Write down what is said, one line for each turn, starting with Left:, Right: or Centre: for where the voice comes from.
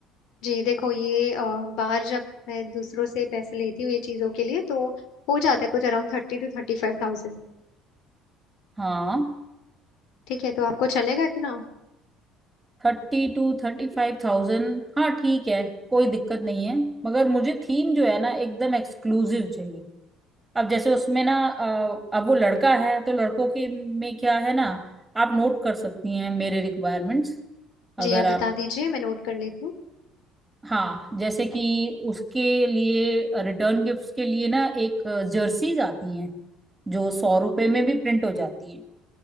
Left: जी देखो ये अ, बाहर जब मैं दूसरों से पैसे लेती हूँ ये चीज़ों के लिए तो हो जाता है कुछ around thirty two thirty five thousand.
Right: हाँ
Left: ठीक है तो आपको चलेगा इतना
Right: थर्टी टू थर्टी फाइव थाउजेंड हाँ ठीक है कोई दिक्कत नहीं है मगर मुझे थीम जो है ना एकदम एक्सक्लूसिव चाहिए अब जैसे उसमें ना अ, अब वो लड़का है तो लड़कों के में क्या है ना आप नोट कर सकती हैं मेरे रिक्वायरमेंट्स अगर
Left: जी आप
Right: आप
Left: बता दीजिए मैं नोट कर लेती हूँ
Right: हाँ जैसे कि उसके लिए रिटर्न गिफ्ट्स के लिए ना एक जर्सीज आती हैं जो सौ रुपए में भी प्रिंट हो जाती है